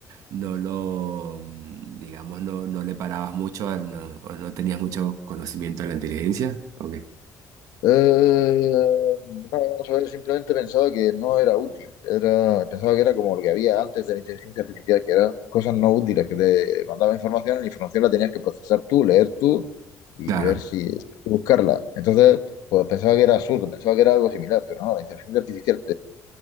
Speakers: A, on the right; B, on the left.
A: no lo, mm, digamos, no, no le parabas mucho al- no- o no tenías mucho conocimiento de la inteligencia. Ok,
B: eh, no, vamos a ver, simplemente pensaba que no era útil. Era, pensaba que era como lo que había antes de la inteligencia artificial, que era cosas no útiles, que te mandaba información y la información la tenías que procesar tú, leer tú y
A: claro.
B: ver si buscarla. Entonces... Pues pensaba que era absurdo, pensaba que era algo similar, pero no, la inteligencia artificial